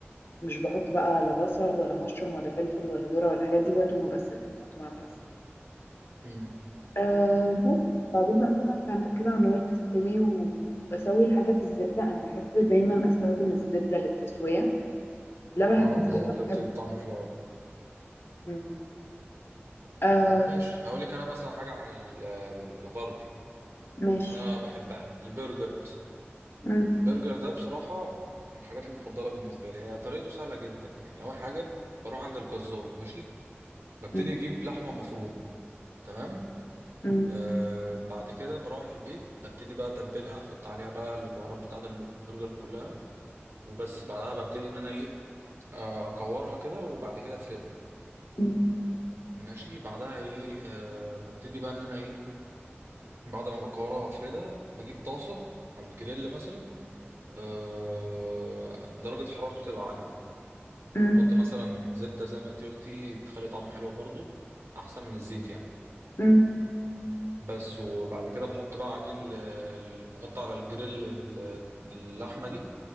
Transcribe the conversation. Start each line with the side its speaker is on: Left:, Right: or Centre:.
Left: مش بحط بقى لا بصل ولا مشروم ولا فلفل ولا ذره ولا الحاجات دي هو توم بس اللي بيتحط مع الباستا
Right: امم
Left: أه بس بعدين بقى اسيبها كان- كده على النار تستوي وبسوي الحاجة في الزبدة انا بحب دايما استخدم الزبدة للتسوية لا بحب
Right: اه
Left: الزبدة
Right: الزبده بتدي
Left: بحب
Right: طعم حلو قوي
Left: مم. أه
Right: طب ماشي هقول لك انا مثلا حاجه عن ال- الغربي
Left: ماشي
Right: انا بحبها البرجر مثلا
Left: مم.
Right: البرجر ده بصراحه من الحاجات المفضله بالنسبه لي هي طريقته سهله جدا يعني اول حاجه بروح عند الجزار ماشي ببتدي
Left: مم.
Right: اجيب لحمه مفرومه تمام
Left: مم.
Right: آه بعد كده بروح البيت ببتدي بقى اتبلها احط عليها بقى البهارات بتاعه البرجر كلها وبس بعدها ببتدي ان انا ايه آه اكورها كده وبعد كده افردها
Left: مم.
Right: ماشي بعدها ايه آه ببتدي بقى ان انا ايه بعد ما بكورها وافردها بجيب طاسه على الجريل مثلا آه درجه حرارته تبقى عاليه
Left: مم.
Right: احط مثلا زبده زي ما انت قلتي بتخلي طعمه حلو برضو احسن من الزيت يعني
Left: مم.
Right: بس وبعد كده بحط بقى عليه ال... ال- بحط على الجريل ال- اللحمة دي